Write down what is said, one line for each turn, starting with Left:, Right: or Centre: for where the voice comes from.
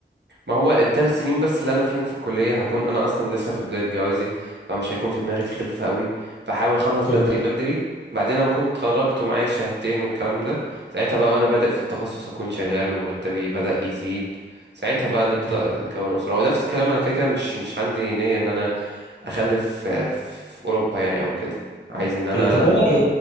Right: ما هو الثلاث سنين بس اللي انا فيهم في الكليه هكون انا اصلا لسه في بدايه جوازي فمش هيكون في دماغي الخلفه قوي فحاول اخلص بدري
Left: اوكي
Right: بدري بعدين لما كنت اتخرجت ومعايا الشهادتين والكلام ده ساعتها بقى وانا بادئ في التخصص اكون شغال ومرتبي بدا يزيد ساعتها بقى نبدا
Left: اوكي
Right: نكون اسره ونفس الكلام انا كده كده مش مش عندي نيه ان انا اخلف آه، في اوروبا يعني او كده عايز ان
Left: اوكي
Right: انا
Left: طب بقول
Right: لما
Left: لك ايه